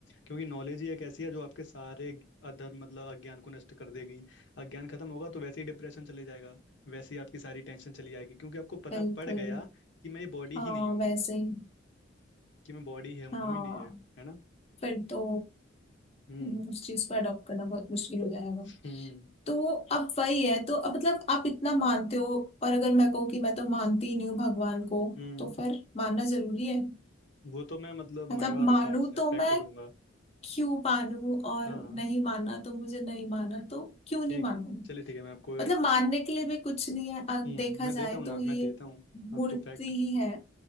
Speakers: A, on the left; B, on the left.
A: क्योंकि नॉलेज ही एक ऐसी है जो आपके सारे अधर्म मतलब अज्ञान को नष्ट कर देगी अज्ञान खत्म होगा तो वैसे ही डिप्रेशन चले जाएगा वैसे ही आपकी सारी टेंशन चली जाएगी क्योंकि आपको पता
B: बिल्कुल
A: पड़ गया कि मैं ये बॉडी
B: हाँ
A: ही नहीं हूँ
B: वैसे ही
A: कि मैं बॉडी है हूँ
B: हाँ
A: ही नहीं है है ना
B: फिर तो
A: हम्म
B: हम्म, उस चीज को अडॉप्ट करना बहुत मुश्किल हो जाएगा
A: हम्म
B: तो अब वही है तो अब मतलब आप इतना मानते हो और अगर मैं कहूँ कि मैं तो मानती ही नहीं हूँ भगवान को
A: हम्म
B: तो फिर मानना जरूरी है
A: वो तो मैं मतलब
B: मतलब
A: मनवा
B: मानू
A: दूंगा आपसे
B: तो
A: फैक्ट
B: मैं
A: दूंगा
B: क्यों मानू और
A: हाँ
B: नहीं मानना तो मुझे नहीं मानना तो क्यों नहीं
A: ठीक
B: मानू
A: चलिए ठीक है मैं आपको
B: मतलब मानने के लिए भी कुछ नहीं है अगर
A: हम्म
B: देखा
A: मैं
B: जाए
A: देता हूँ
B: तो
A: ना
B: ये
A: मैं देता हूँ आपको
B: मूर्ति
A: फैक्ट
B: ही है